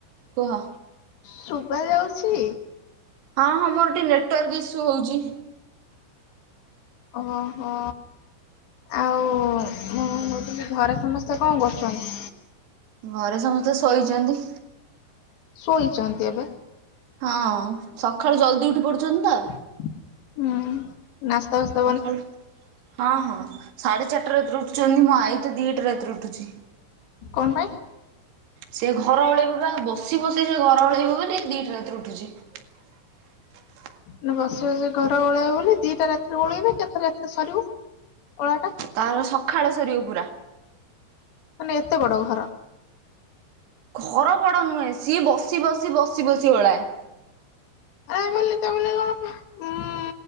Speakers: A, on the right (about 65°); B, on the left (about 70°).
A: କୁହ।
B: ଶୁବାଯାଉଛି?
A: ହଁ ହଁ ମୋର ଟିକେ ନେଟୱାର୍କ ଇସୁ ହୋଉଚି।
B: ଓହୋ ହୋ। ଆଉ ମୁଁ କଣ କୋହୁଥୁଲି ଘରେ ସମସ୍ତେ କଣ କରୁଚନ୍ତି?
A: ଘରେ ସମସ୍ତେ ଶୋଇଚନ୍ତି।
B: ଶୋଇଚନ୍ତି ଏବେ?
A: ହଁ। ସଖାଳୁ ଜଲଦି ଉଠିପଡୁଛନ୍ତି ତ।
B: ଉଁ। ନାସ୍ତା ଫାସ୍ତା
A: ଆଉ କଣ ହଁ ହଁ ସାଢ଼େ ଚାରଟାରେ ଏତରେ ଉଠୁଚନ୍ତି ମୋ ଆଇ ତ ଦିଇଟା ରାତିରୁ ଉଠୁଚି।
B: କଣ ପାଇଁ?
A: ସେ ଘର ଓଳେଇବ ବା ବସି ବସି ସେ ଘର ଓଳେଇବ ବୋଲି ଦିଟା ରାତିରେ ଉଠୁଛି। <inaudible>
B: ନା ବସି ବସି ଘର ଓଳେଇବେ ବୋଲି ଦିଟା ରାତିରୁ ଓଳେଇବ କେତେ ରାତିରେ ସରିବ। ଓଳାଟା।
A: ତାର ସଖାଳେ ସରିବ ପୁରା।
B: ମାନେ ଏତେ ବଡ ଘର।
A: ଘର ବଡ଼ ନୁହେଁ ସିଏ ବସି ବସି ବସି ବସି ଓଳାଏ।
B: ଆ ବୋଲି ତା ବୋଲି କଣ ଉମ୍ ହୁଁ